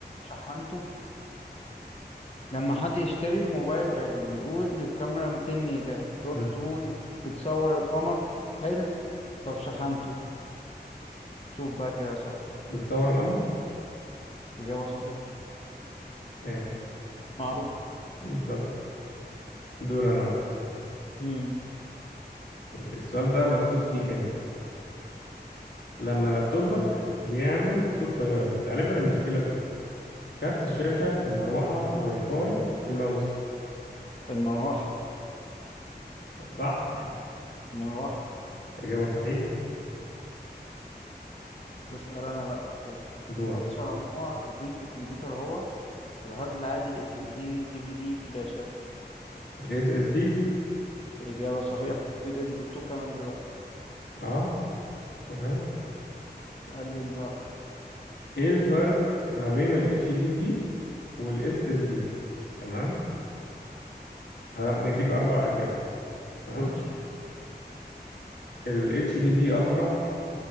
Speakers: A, on the left; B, on the left.
A: شحنته لما حد يشتري موبايل غالي ويقول الكاميرا 200 ميجا ترد
B: مم.
A: تقول بتصور القمر حلو طب شحنته شوف بقى كده صح
B: بتصور القمر
A: إجابة صحيحة
B: ماشي
A: معروف
B: بالظبط دور انا بقى
A: امم
B: السؤال ده مخصوص ليك انت لما لابتوبك بيعمل صوت طيارة غالبا المشكلة في ايه كارت الشاشة المروحة الواي فاي الماوس
A: المروحة
B: صح يعني
A: مروحة
B: إجابة صحيحة
A: ده اسأل أنا بقى يا أخوي
B: دورك
A: أسرع نوع تخزين في الكمبيوتر هو الهارد العادي ال SSD DVD الفلاشة
B: ال SSD
A: إجابة صحيحة في ده الدكتور كمان دلوقتي
B: اه تمام
A: اسأل لي أنت بقى
B: ايه الفرق ما بين ال HDD وال SSD تمام هديك اربع اجابات تمام
A: قول لي
B: ال اتش دي دي اسرع